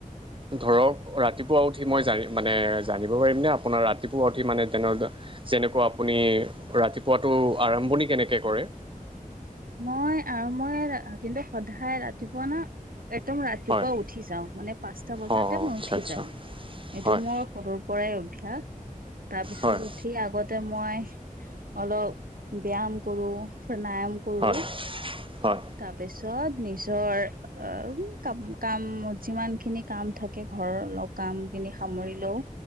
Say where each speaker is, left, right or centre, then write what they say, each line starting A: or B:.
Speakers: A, on the right; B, on the right.
A: ধৰক ৰাতিপুৱা উঠি মই জাৰি মানে জানিব পাৰিমনে আপোনাৰ ৰাতিপুৱা উঠি মানে তেনৰ যেনেকুৱা আপুনি ৰাতিপুৱাটো আৰম্ভণি কেনেকে কৰে?
B: মই আৰু মই কিন্তু সদায় ৰাতিপুৱা না একদম ৰাতিপুৱা
A: হয়
B: উঠি যাওঁ মানে পাঁচটা বজাতে
A: অঁ অঁ
B: মই
A: আচ্ছা
B: উঠি
A: আচ্ছা
B: যাওঁ, এইটো
A: হয়
B: মোৰ সৰুৰ পৰাই অভ্যাস', তাৰপিছত
A: হয়
B: উঠি আগতে মই অলপ ব্যায়াম কৰো, প্ৰাণায়াম কৰো
A: হয়', হয়'।
B: তাৰপিছত নিজৰ অঁ কা কাম, যিমান খিনি কাম থাকে ঘৰৰ লগ কাম খিনি সামৰি লওঁ,